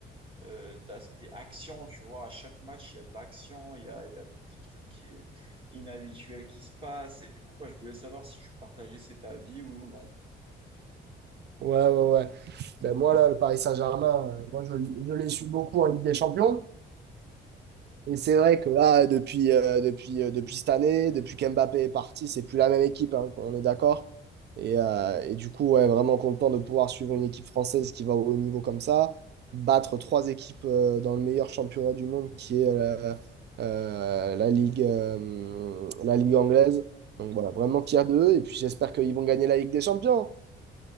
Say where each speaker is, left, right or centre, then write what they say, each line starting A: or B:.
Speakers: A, on the right; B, on the right.
A: euh, d'aspect action, tu vois. À chaque match, il y a de l'action, il y a, il y a des trucs qui est inhabituels qui se passent. Et du coup, bah, je voulais savoir si tu partageais cet avis oui ou non.
B: Ouais, ouais, ouais. Ben moi, là, le Paris Saint-Germain, euh, moi, je, je les suis beaucoup en Ligue des Champions. Et c'est vrai que là, depuis, euh, depuis, euh, depuis cette année, depuis qu'Mbappé est parti, c'est plus la même équipe, hein, on est d'accord. Et, euh, et du coup, ouais, vraiment content de pouvoir suivre une équipe française qui va au haut niveau comme ça, battre trois équipes euh, dans le meilleur championnat du monde qui est euh, euh, la Ligue, euh, la Ligue anglaise. Donc voilà, vraiment fier d'eux. Et puis j'espère qu'ils vont gagner la Ligue des Champions.